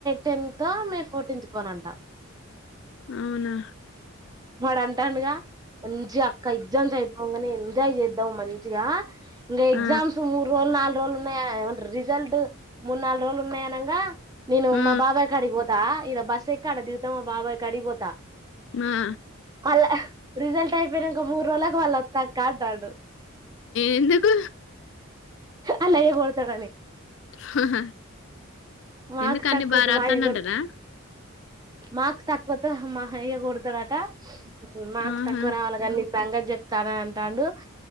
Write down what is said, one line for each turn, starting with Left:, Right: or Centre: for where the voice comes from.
Right: టెన్త్ మే ఫోర్టీన్త్ కో నంటా
Left: అవునా
Right: వాడు అంటాండగా మంచి అక్క ఎగ్జామ్స్ అయిపోంగానే ఎంజాయ్ చేద్దాం మంచిగా ఇం ఎగ్జామ్స్
Left: ఆ
Right: మూడు రోలు నాలు రోలు ఉన్నాయా ఏమంట రిజల్ట్ మూడు నాల్ రోజులు ఉన్నాయ్ అనంగా నీను
Left: ఆ
Right: మా బాబయ్ కాడిక్ పోత్ దా ఈడ బస్సు ఎక్కి అడ దిగుతా మా బాబాయి కడిగ్ పోత
Left: మ
Right: అలా రిజల్ట్ అయిపేనంక మూడు రోజులకి మళ్ళ వత్తక్క అంటాడు
Left: ఎందుకు
Right: అల్లయ్య కొడతా డనీ
Left: హా హా
Right: మార్క్స్
Left: ఎందుకన్ని
Right: తక్కువత్తే
Left: బా రాత్తం
Right: మా అయ్య
Left: దన్టనా
Right: కొ మార్క్స్ తక్కువత్తే మా అయ్య గొడతడంటా మార్క్స్
Left: ఆహా
Right: తక్కువ రావాల గనీ సంగతి చెప్తాన్ అంటాండు